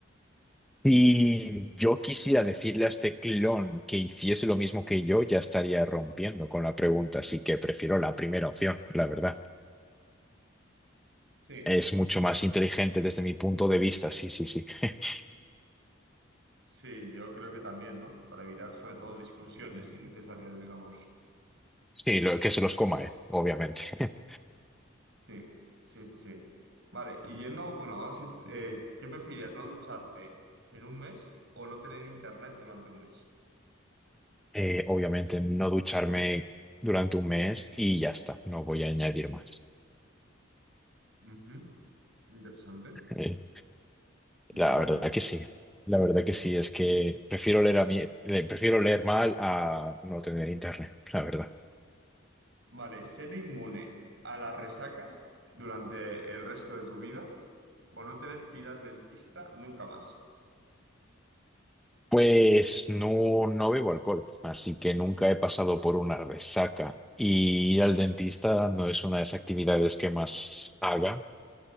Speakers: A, in the centre; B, on the right.
A: Si yo quisiera decirle a este clon que hiciese lo mismo que yo, ya estaría rompiendo con la pregunta, así que prefiero la primera opción, la verdad.
B: Sí.
A: Es mucho más inteligente desde mi punto de vista, sí, sí, sí. <laughs>
B: Sí, yo creo que también, ¿no? Para evitar sobre todo discusiones innecesarias, digamos.
A: Sí, lo, que se los coma, eh, obviamente.
B: Sí, sí, sí, sí. Vale, y yendo, bueno, vamos a ir, eh, ¿qué preferirías, no ducharte en un mes o no tener internet durante un mes?
A: Eh, obviamente no ducharme durante un mes y ya está, no voy a añadir más.
B: Ujú, Interesante,
A: Eh,
B: interesante.
A: la verdad que sí, la verdad que sí, es que prefiero leer a mí, le- prefiero leer mal a no tener internet, la verdad.
B: Vale, ser inmune a las resacas durante el resto de tu vida o no tener que ir al dentista nunca más.
A: Pues no, no bebo alcohol, así que nunca he pasado por una resaca y ir al dentista no es una de las actividades que más haga,